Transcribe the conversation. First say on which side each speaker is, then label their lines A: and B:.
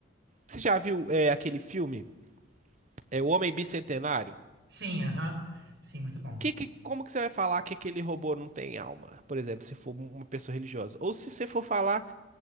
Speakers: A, on the right; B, on the right.
A: você já viu é, aquele filme, é, O Homem Bicentenário?
B: sim, aham. Sim, muito bom.
A: Que, que, como que você vai falar que aquele robô não tem alma, por exemplo, se for uma pessoa religiosa? Ou se você for falar